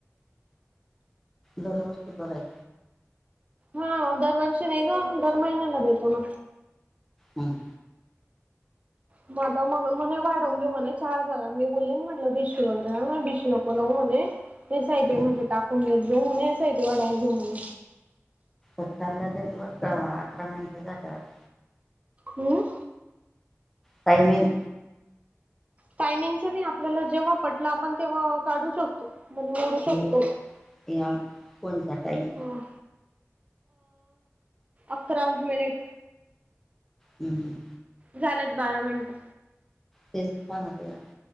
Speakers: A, in the centre; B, on the right (about 25°).
A: बरोबर ते बराय.
B: हा दरवर्षी नाही ग दर महिन्याला देतो ना.
A: हम.
B: मग आता मग म्हणे वाढवून घेऊ म्हणे चार जागा. मी बोलले, म्हटलं, बिशी वगैरे म बिशी नको लावू म्हणे एसआय पि
A: हम्म.
B: मधे ते टाकून घेत जावु मग एस आय पि वाडवुन घे मणे.
A: चाललं जाईल वर अकरा मिनट झावर <inaudible>
B: हम्म.
A: टाईमिंग.
B: टायमिंगच नाही आपल्याला जेव्हा पटला आपण तेव्हा काढू शकतो. मध्ये मोडू
A: हे
B: शकतो
A: या फोनचा टाईम
B: ह. अकरा मिनिट.
A: हम्म.
B: झालेत बारा मिनटं.
A: ते सांगते होते.